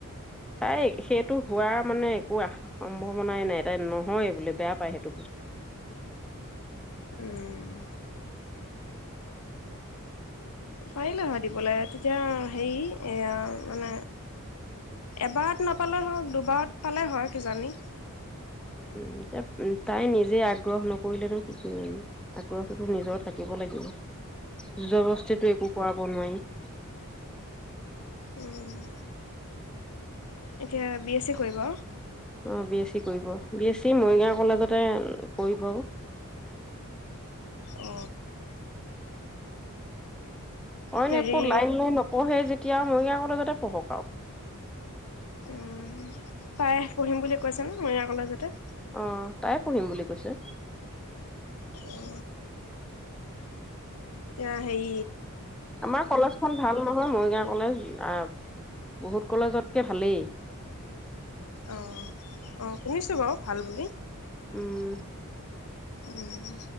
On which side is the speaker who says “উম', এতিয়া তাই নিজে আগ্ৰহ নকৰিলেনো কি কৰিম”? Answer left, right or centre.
Centre